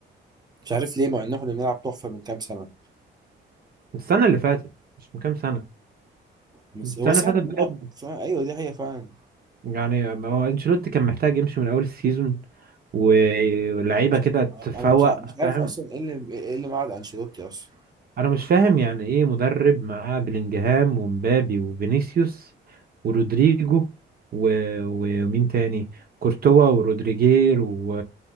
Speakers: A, on the right; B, on the right.
A: مش عارف ليه مع ان احنا كنا بنلعب تحفه من كام سنه
B: السنه اللي فاتت مش من كام سنه
A: بس
B: السنه
A: هو صعب
B: اللي فاتت
A: الملعب
B: بجد
A: فعلا ايوه دي حقيقه فعلا
B: يعني هو انشيلوتي كان محتاج يمشي من اول السيزون ولعيبه
A: مش
B: كده
A: ع-
B: تفوق
A: انا مش ع- مش
B: فاهم
A: عارف اصلا ايه اللي ايه اللي معاد انشيلوتي اصلا
B: انا مش فاهم يعني ايه مدرب معاه بلينجهام ومبابي وفينيسيوس ورودريجو و... ومين تاني كورتوا ورودريجير و...